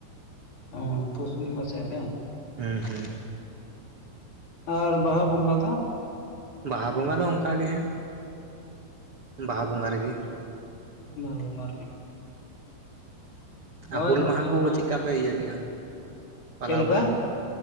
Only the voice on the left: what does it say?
ᱚᱸ ᱯᱩᱥ ᱵᱚᱸᱜᱟ ᱥᱮᱫ ᱨᱮ
ᱟᱨ ᱵᱟᱦᱟ ᱵᱚᱸᱜᱟ ᱫᱚ
ᱵᱟᱦᱟ ᱵᱚᱸᱜᱟ ᱨᱮᱜᱮ ᱦᱳᱭ
ᱱᱚᱛᱮ
ᱦᱚᱸ ᱱᱟᱦᱟᱜ
ᱪᱮᱫ ᱞᱮᱠᱟ